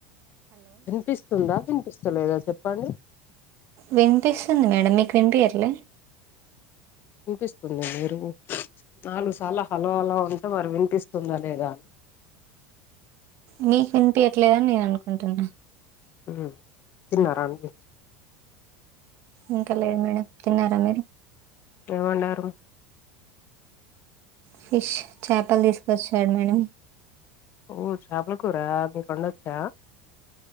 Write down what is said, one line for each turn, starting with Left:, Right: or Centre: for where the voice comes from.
Left: వినిపిస్తుందా వినిపిస్తలేదా చెప్పండి
Right: వినిపిస్తుంది మేడం మీకు వినిపియట్లే
Left: వినిపిస్తుంది మీరు నాలుగు సార్ల హలో హలో అంటే మరి వినిపిస్తుందా లేదా
Right: మీకు వినిపియట్లేదని నేను అనుకుంటున్నా
Left: ఉ తిన్నారాండి
Right: ఇంకా లేదు మేడం తిన్నారా మీరు
Left: ఏం వండారు
Right: ఫిష్ చేపలు తీసుకొచ్చాడు మేడం
Left: ఓ చేపల కూర మీకు వండొచ్చా